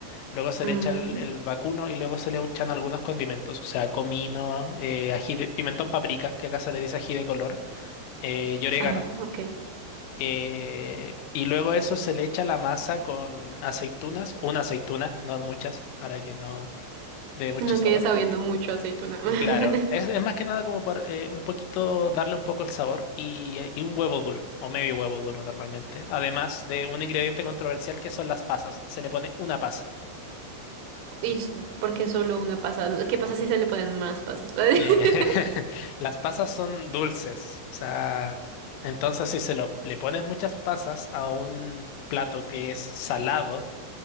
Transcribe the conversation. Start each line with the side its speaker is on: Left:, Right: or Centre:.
Left: Luego se
Right: Mm,
Left: le echa el, el vacuno y luego se le echan algunos condimentos, o sea, comino, eh, ají de, pimentón paprika, que acá se le dice ají de color, eh, y orégano.
Right: ah, ok.
Left: eh, y luego eso se le echa la masa con aceitunas, una aceituna, no muchas, para que no dé mucho
Right: No
Left: sabor.
Right: quedé sabiendo mucho aceituna. <laughs>
Left: Claro, es, es más que nada como por eh, un poquito, darle un poco el sabor y, eh, y un huevo duro, o medio huevo duro normalmente. Además de un ingrediente controversial que son las pasas, se le pone una pasa.
Right: ¿Y s- por qué solo una pasa? No, ¿Qué pasa si se le ponen más pasas? <laughs>
Left: Eh, <laughs> las pasas son dulces, o sea, entonces si se lo, le pones muchas pasas a un plato que es salado,